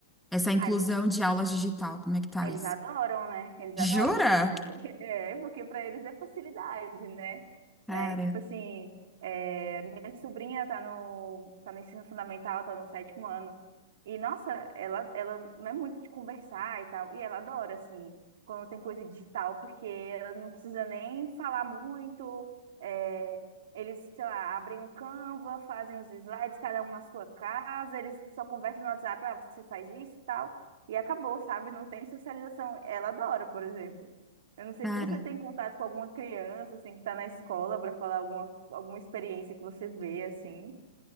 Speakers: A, in the centre; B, on the right.
A: Essa inclusão
B: Ah,
A: de aulas digital? Como é que tá
B: Eles
A: isso?
B: adoram, né? Eles
A: Jura?
B: adoram, porque, <laughs> é, porque para eles é facilidade, né?
A: Cara,
B: Né? Tipo assim, é, minha sobrinha tá no, tá no ensino fundamental, tá no sétimo ano. E, nossa, ela, ela não é muito de conversar e tal. E ela adora, assim, quando tem coisa digital, porque ela não precisa nem falar muito. é, eles, sei lá, abrem o Canva, fazem os slides, cada um na sua casa, eles só conversam no WhatsApp, ah, você faz isso e tal. E acabou, sabe? Não tem socialização. Ela adora, por exemplo. Eu não sei
A: cara.
B: se você tem contato com alguma criança, assim, que está na escola para falar alguma, alguma experiência que você vê, assim.